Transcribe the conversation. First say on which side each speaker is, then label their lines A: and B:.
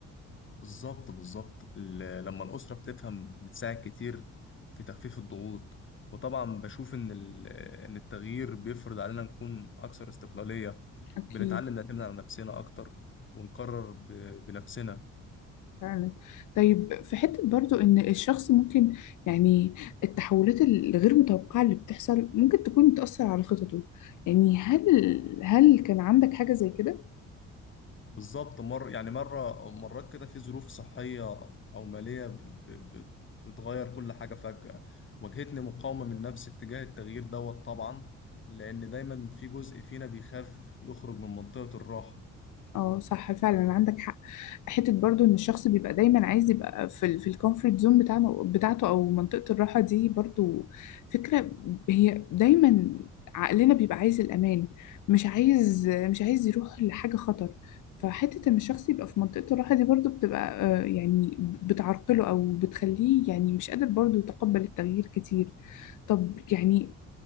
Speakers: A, on the left; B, on the left.
A: بالظبط بالظبط ال- لما الأسرة بتفهم بتساعد كتير في تخفيف الضغوط وطبعا بشوف إن ال- إن التغيير بيفرض علينا نكون أكثر استقلالية
B: أكيد
A: بنتعلم نعتمد على نفسنا أكتر ونقرر ب- بنفسنا
B: فعلا طيب في حتة برضو إن الشخص ممكن يعني التحولات الغير متوقعة اللي بتحصل ممكن تكون بتأثر على خططه يعني هل هل كان عندك حاجة زي كده؟
A: بالظبط مر يعني مرة مرات كده في ظروف صحية أو مالية ب- ب- ب- بتغير كل حاجة فجأة واجهتني مقاومة من نفسي اتجاه التغيير دوت طبعا لأن دايما في جزء فينا بيخاف يخرج من منطقة الراحة
B: اه صح فعلا عندك حق حته برضو ان الشخص بيبقى دايما عايز يبقى في ال في الكومفورت زون بتاعه بتاعته او منطقه الراحه دي برضو فكره هي دايما عقلنا بيبقى عايز الامان مش عايز مش عايز يروح لحاجه خطر فحته ان الشخص يبقى في منطقه الراحه دي برضو بتبقى آه، يعني بتعرقله او بتخليه يعني مش قادر برضو يتقبل التغيير كتير طب يعني